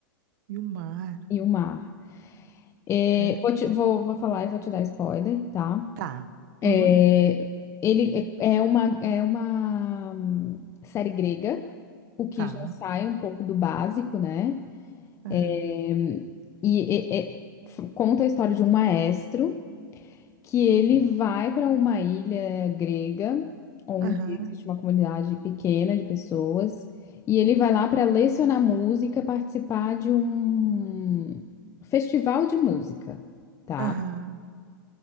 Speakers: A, on the right; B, on the left.
A: e o mar.
B: E o Mar. É,
A: É,
B: vou, te- vou, vou falar e vou te dar spoiler, tá?
A: tá.
B: É,
A: Uhum,
B: ele é, é uma, é uma hum, série grega, o que
A: tá.
B: já sai um pouco do básico, né?
A: Aham,
B: É, E é- é- f- conta a história de um maestro que ele vai para uma ilha grega, onde
A: aham,
B: existe uma comunidade pequena de pessoas, e ele vai lá para lecionar música, participar de um festival de música, tá?
A: aham,